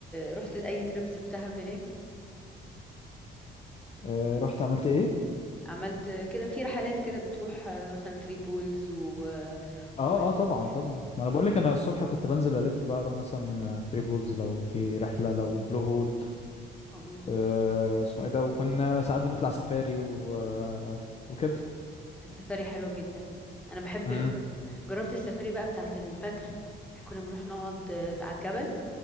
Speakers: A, in the centre; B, on the left.
A: رحت اي تريبس في دهب هناك
B: أه رحت عملت ايه
A: عملت كده في رحلات كده بتروح مثلا ثري بولز و
B: اه
A: وادي
B: اه طبعا طبعا ما انا بقول لك انا الصبح كنت بنزل الف بقى اروح مثلا ثري بولز لو في رحلة لو البلو هول
A: أم،
B: أه اسمه ايه ده وكنا ساعات بنطلع سفاري و آه، وكده
A: السفاري حلوة جدا انا بحب
B: امم
A: ال... جربت السفاري بقى بتاعت الفجر كنا بنروح نقعد على الجبل